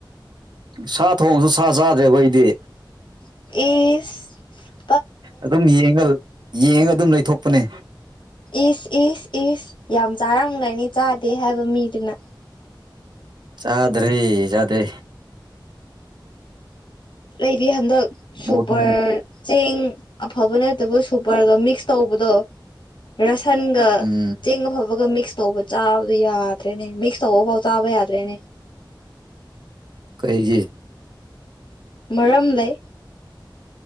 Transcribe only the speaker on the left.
ꯏꯤꯁ
ꯏꯁ ꯏꯁ ꯏꯁ ꯌꯥꯝ ꯆꯥꯔꯝꯒꯅꯤ ꯆꯥꯗꯦ ꯍꯥꯏꯕ ꯃꯤꯗꯨꯅ
ꯑꯩꯕꯤ ꯍꯟꯗꯛ ꯁꯨꯄꯔ
ꯆꯦꯡ ꯑꯐꯕ ꯅꯠꯇꯕ ꯁꯨꯄꯔꯒ ꯃꯤꯛꯁ ꯇꯧꯕꯗꯣ ꯔꯁꯟꯒ
ꯆꯦꯡ ꯑꯐ ꯕꯒ ꯃꯤꯛꯁ ꯇꯧꯕ ꯆꯥꯕꯗꯣ ꯌꯥꯗ꯭ꯔꯦꯅꯦ ꯃꯤꯛꯁ ꯇꯧꯕꯐꯥꯎ ꯆꯥꯕ ꯌꯥꯗ꯭ꯔꯦꯅꯦ
ꯃꯔꯝ ꯂꯩ